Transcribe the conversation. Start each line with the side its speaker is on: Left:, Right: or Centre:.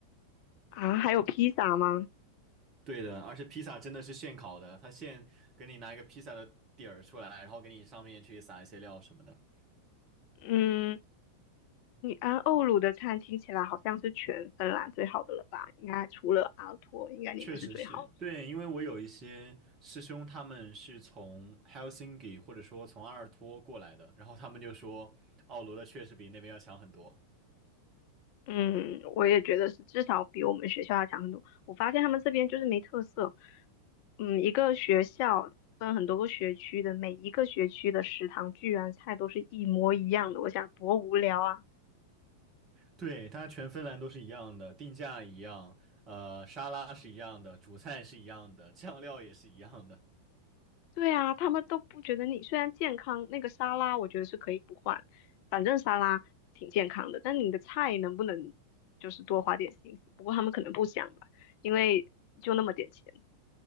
Left: 啊，还有披萨吗？
Right: 对的，而且披萨真的是现烤的，它现给你拿一个披萨的底儿出来，然后给你上面去撒一些料什么的。
Left: 嗯，你安奥鲁的餐听起来好像是全芬兰最好的了吧？应该除了阿托，应该你们是最好的。
Right: 确实是对，因为我有一些师兄，他们是从 Helsinki 或者说从阿尔托过来的，然后他们就说奥罗的确实比那边要强很多。
Left: 嗯，我也觉得是，至少比我们学校要强很多。我发现他们这边就是没特色。嗯，一个学校分很多个学区的，每一个学区的食堂居然菜都是一模一样的，我想多无聊啊！
Right: 对，它全芬兰都是一样的，定价一样，呃，沙拉是一样的，主菜是一样的，酱料也是一样的。
Left: 对啊，他们都不觉得你虽然健康，那个沙拉我觉得是可以不换，反正沙拉挺健康的，但你的菜能不能就是多花点心思？不过他们可能不想吧，因为就那么点钱。